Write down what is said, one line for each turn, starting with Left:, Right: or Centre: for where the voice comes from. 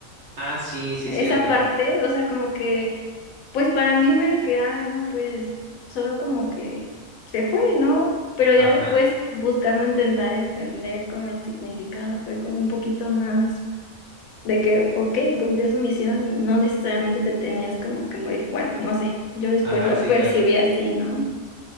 Right: Ah, sí, sí
Left: esa
Right: es cierto.
Left: parte, o sea, como que, pues para mí fue de que, ah, no, pues solo como que se fue, ¿no? Pero
Right: Ajá,
Left: ya después buscando intentar entender como el significado, fue como un poquito más de que, ok, cumplió su misión y no necesariamente te tenías como que morir. Bueno, no sé, yo después
Right: ajá,
Left: lo
Right: sí,
Left: percibí
Right: claro.
Left: así, ¿no?